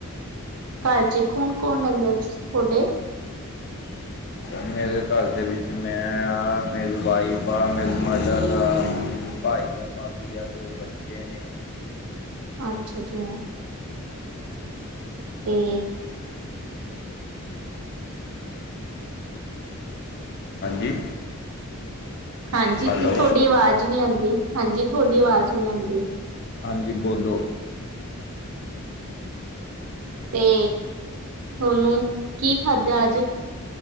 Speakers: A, on the right; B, on the left.
A: ਘਰ ਚ ਕੌਣ -ਕੌਣ ਰਹਿੰਦਾ ਜੀ, ਤੁਹਾਡੇ?
B: ਮੇਰੇ ਘਰ ਦੇ ਵਿੱਚ, ਮੈਂ ਹਾਂ, ਮੇਰੀ ਵਾਈਫ ਆ, ਮੇਰੀ ਮਦਰ ਆ, ਭਾਈ ਆ, ਭਾਬੀ ਆ ਦੋ ਬੱਚੇ ਨੇ।
A: ਅੱਛਾ -ਅੱਛਾ । ਤੇ
B: ਹਾਂਜੀ?
A: ਹਾਂਜੀ,
B: ਹੈਲੋ
A: ਤੁਹਾਡੀ ਆਵਾਜ਼ ਨਹੀ ਆਉਂਦੀ, ਹਾਂਜੀ, ਤੁਹਾਡੀ ਆਵਾਜ਼ ਨਹੀਂ ਆਉਂਦੀ
B: ਹਾਂਜੀ, ਬੋਲੋ।
A: ਤੇ, ਤੁਹਾਨੂੰ ਕੀ ਖਾਧਾ ਅੱਜ?